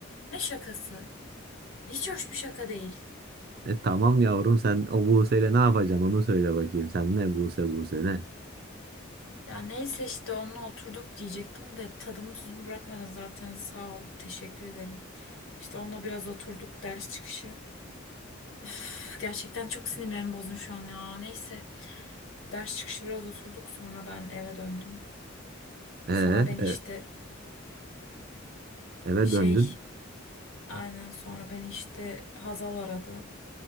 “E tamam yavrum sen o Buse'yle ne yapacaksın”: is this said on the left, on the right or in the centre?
Right